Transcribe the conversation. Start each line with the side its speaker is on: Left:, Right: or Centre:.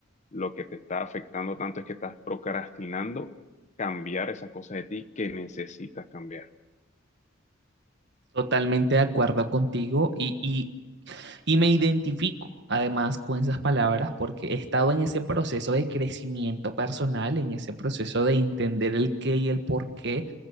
Left: lo que te está afectando tanto es que estás procrastinando cambiar esa cosa de ti que necesitas cambiar.
Right: Totalmente de acuerdo contigo y, y Y me identifico además con esas palabras porque he estado en ese proceso de crecimiento personal, en ese proceso de entender el qué y el por qué